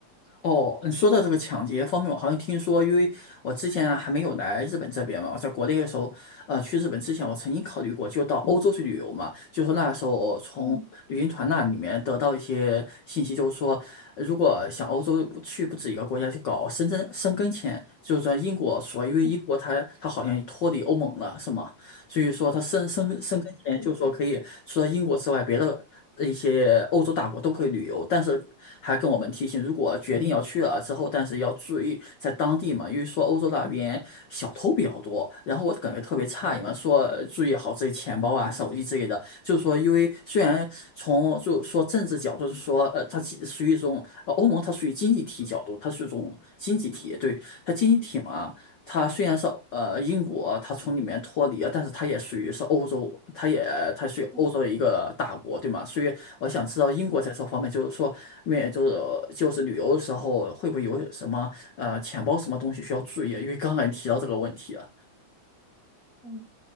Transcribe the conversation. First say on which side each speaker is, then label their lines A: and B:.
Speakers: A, on the left (about 75°); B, on the left (about 35°).
A: 哦，嗯，说到这个抢劫方面，我好像听说，因为我之前啊还没有来日本这边嘛，我在国内的时候，呃，去日本之前，我曾经考虑过，就到欧洲去旅游嘛。就说那时候我从旅行团那里面得到一些信息，
B: 嗯
A: 就是说，呃如果想欧洲不去不止一个国家，去搞申根申根签，就是在英国说，因为英国它它好像也脱离欧盟了，
B: 嗯
A: 是吗？所以说它申申申根签，就是说可以除了英国之外，别的。一些欧洲大国都可以旅游，但是还跟我们提醒，如果决定要去了之后，但是要注意在当地嘛，因为说欧洲那边小偷比较多，然后我感觉特别诧异嘛，说注意好自己钱包啊、手机之类的，就是说，因为虽然从就说政治角度是说，呃，它其实属于一种呃欧盟，它属于经济体角度，
B: 嗯
A: 它是一种经济体，对，它经济体嘛。它虽然是呃英国，它从里面脱离了，但是它也属于是欧洲，它也它属于欧洲的一个大国，
B: 嗯
A: 对吗？所以我想知道英国在这方面，就是说面就是就是旅游的时候会不会有什么呃钱包什么东西需要注意？因为刚才你提到这个问题啊。
B: 嗯。